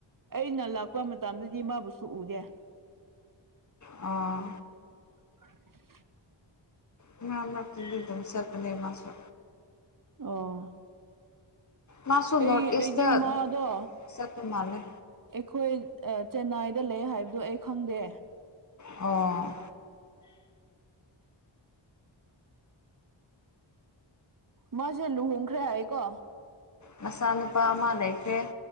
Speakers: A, on the right (about 45°); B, on the left (about 35°).
A: ꯑꯩꯅ ꯂꯥꯛꯄ ꯃꯇꯝꯗꯗꯤ ꯃꯥꯕꯨꯁꯨ ꯎꯗꯦ
B: ꯑꯥ
A: <inaudible>
B: ꯃꯔꯛ ꯃꯔꯛ ꯇꯗꯤ ꯑꯗꯨꯝ ꯆꯠꯄꯅꯦ ꯃꯁꯨ
A: ꯑꯣ
B: ꯃꯥꯁꯨ
A: ꯑꯩ
B: ꯅꯣꯔꯠ ꯏꯁꯇ
A: ꯑꯩꯗꯤ ꯃꯥꯗꯣ
B: ꯆꯠꯄ ꯃꯥꯜꯂꯦ
A: ꯑꯩꯈꯣꯏ ꯆꯦꯟꯅꯥꯏꯗ ꯂꯩ ꯍꯥꯏꯕꯗꯨꯣ ꯑꯩ ꯈꯪꯗꯦ
B: ꯑꯣ
A: ꯃꯥꯁꯦ ꯂꯨꯍꯣꯡꯈ꯭ꯔꯦ ꯍꯥꯏꯀꯣ
B: ꯃꯆꯥ ꯅꯨꯨꯄꯥ ꯑꯃ ꯂꯩꯈꯦ